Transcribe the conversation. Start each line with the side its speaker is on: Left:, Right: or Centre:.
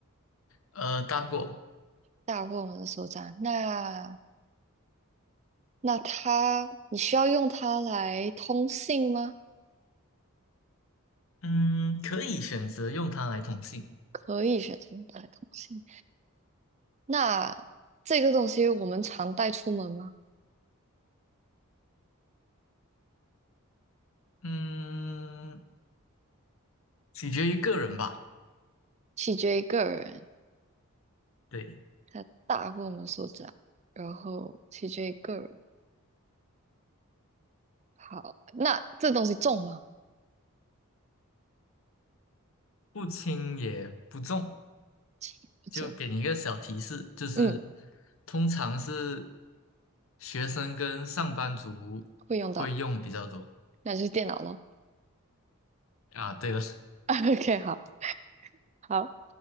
Left: 呃，大过，
Right: 大过我们的手掌。那那它，你需要用它来通信吗？
Left: 嗯，可以选择用它来通信，
Right: 可以选择用它来通信。那这个东西我们常带出门吗？
Left: 嗯，取决于个人吧，
Right: 取决于个人，
Left: 对，
Right: 它大过我们手掌，然后取决于个人。好，那这东西重吗？
Left: 不轻也不重，
Right: 轻，不重。
Left: 就给你一个小提示，就是
Right: 嗯，
Left: 通常是学生跟上班族会用比较多
Right: 会用到，那就是电脑咯。
Left: 啊，对了，
Right: <laughs> OK，好，好。